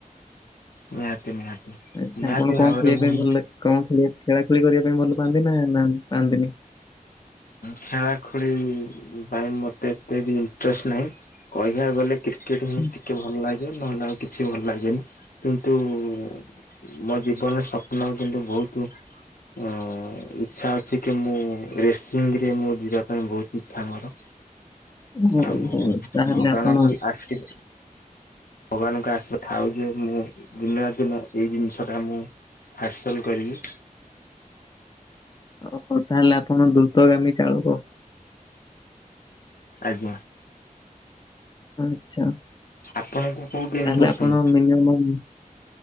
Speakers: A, on the left; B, on the left.
A: ନିହାତି ନିହାତି।
B: ଆଛା
A: ନିହାତି
B: ଆପଣ କଣ
A: ଭାବରେ
B: ଖେଳିବା
A: ମୁଁ
B: ପାଇଁ
A: ହିଁ
B: ଭଲ ଲାଗେ? କଣ ଖେଳି ଖେଳା ଖେଳି କରିବା ପାଇଁ ଭଲ ପାଆନ୍ତି ନା ପାଆନ୍ତିନି?
A: ଖେଳା ଖେଳି ପାଇଁ ମତେ ଏତେ ବି ଇଣ୍ଟରେଷ୍ଟ ନାହିଁ କହିବାକୁ ଗଲେ କ୍ରିକେଟ
B: ଆଚ୍ଛା
A: ହିଁ ଟିକେ ଭଲ ଲାଗେ ନହେଲେ ଆଉ କିଛି ଭଲ ଲାଗେନି କିନ୍ତୁ ମୋ ଜୀବନରେ ସ୍ୱପ୍ନ କିନ୍ତୁ ବହୁତ ଅ ଇଚ୍ଛା ଅଛି କି ମୁଁ ରେସି ସେ ମୁଁ ଯିବା ପାଇଁ ବହୁତ ଇଚ୍ଛା ମୋର।
B: ହଉ
A: ଆଉ
B: ହଉ
A: ଭଗବାନଙ୍କ
B: ତାହେଲେ ଆପଣ
A: ଆସି ଭଗବାନଙ୍କ ଆସ ଥାଉ ଯେ ମୁଁ ଦିନ ନା ଦିନ ଏଇ ଜିନିଷ ଟା ମୁଁ ହାସଲ କରିବି।
B: ଓ ହଉ ତାହେଲେ ଆପଣ ଦ୍ରୁତଗାମୀ ଚାଳକ।
A: ଆଜ୍ଞା।
B: ଆଚ୍ଛା ତାହେଲେ
A: ଆପଣଙ୍କୁ କୋଉ ଗେମ୍ ପସନ୍ଦ?
B: ଆପଣ ମିନିମମ୍